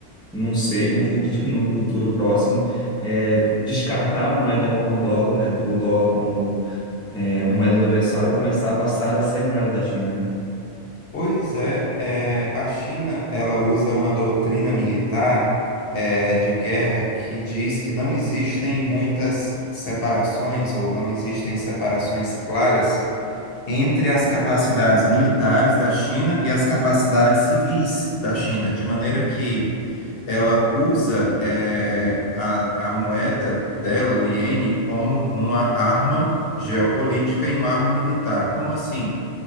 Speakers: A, in the centre; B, on the left.
A: não sei, no futuro, <laughs> no futuro próximo, é, descartar a moeda como o dólar, né, o dólar como é, uma moeda universal e começar a passar a ser a moeda da China, né?
B: Pois é, é, a China ela usa uma doutrina militar é, de guerra que diz que não existem muitas separações ou não existem separações claras entre as capacidades militares da China e as capacidades civis da China, de maneira que ela usa eh, a, a moeda dela, o iene, como uma arma geopolítica e uma arma militar. Como assim?